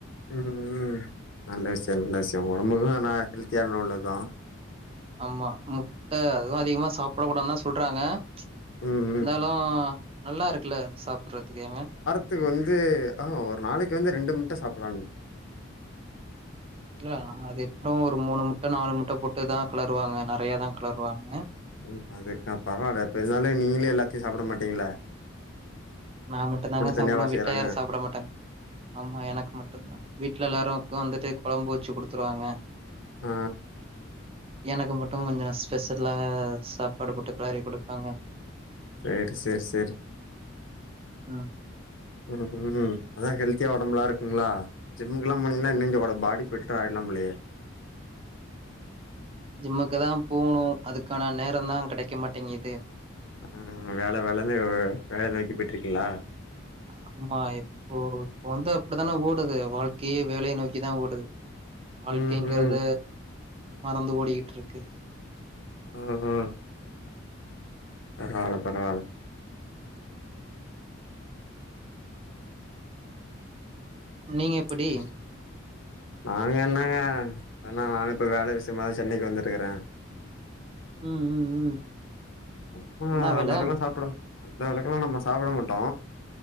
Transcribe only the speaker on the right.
ஆமா முட்ட அதுவு அதிகமா சாப்பிட கூடாது தா சொல்றாங்க ச்
இருந்தாலு
நல்லா இருக்குல்ல சாப்புடறதுக்கு ஏங்க
இல்ல அது எப்பவு ஒரு மூணு முட்ட நாலு முட்ட போட்டுதா கெளருவாங்க நெறைய தா கெளருவாங்க
நா மட்டு தாங்க சாப்புடுவ
விடல
யாரு சாப்பட மாட்டாங்க ஆமா எனக்கு மட்டுதான் வீட்ல எல்லாரும்க்கு வந்துட்டு கொழம்பு வச்சு ககொடுத்துருவாங்க
எனக்கு மட்டு கொஞ்ச ஸ்பெஷல்லா சாப்பாடு போட்டு கெளரி கொடுப்பாங்க
ம்
ஜிம்முக்கு தா போகணு அதுக்கான நேரோ தா கெடக்க மாட்டேங்குது
அம்மா எ ஓ இப்ப வந்து அப்டித்தானே ஓடுது வாழ்க்கயே வேலயே நோக்கிதா ஓடுது வாழ்க்கங்கறத
மறந்து ஓடிக்டிட்டு இருக்கு
நீங்க எப்படி
ம் ம் ம்
என்ன வேல